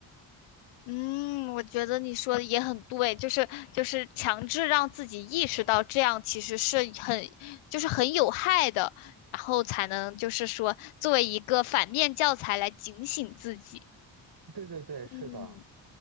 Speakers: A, on the left; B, on the right.
A: 嗯，我觉得你说的也很对，就是就是强制让自己意识到这样其实是很就是很有害的，然后才能就是说作为一个反面教材来警醒自己。
B: 对对对，是的。
A: 嗯，